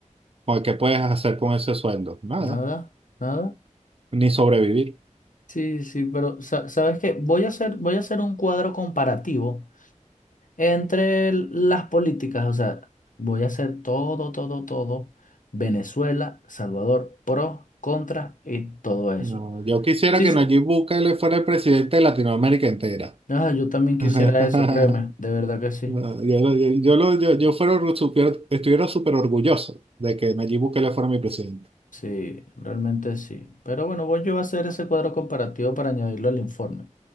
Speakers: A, on the right (about 45°); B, on the left (about 85°).
A: ¿O ¿Qué puedes hacer con ese sueldo? Nada,
B: nada, nada.
A: ni sobrevivir.
B: Sí, sí, pero sa- ¿sabes qué? Voy a hacer, voy a hacer un cuadro comparativo entre el- las políticas, o sea, voy a hacer todo, todo, todo, Venezuela, Salvador, pros, contras y todo eso.
A: No, yo quisiera
B: Sí,
A: que
B: sí.
A: Nayib Bukele fuera el presidente de Latinoamérica entera.
B: Ah, yo también quisiera
A: <laughs>
B: eso, créeme, de verdad que sí.
A: No, yo, lo- yo, yo, lo- yo- yo fuera, orgu- supiera- estuviera súper orgulloso de que Nayib Bukele fuera mi presidente.
B: Sí, realmente sí. Pero bueno, voy yo a hacer ese cuadro comparativo para añadirlo al informe.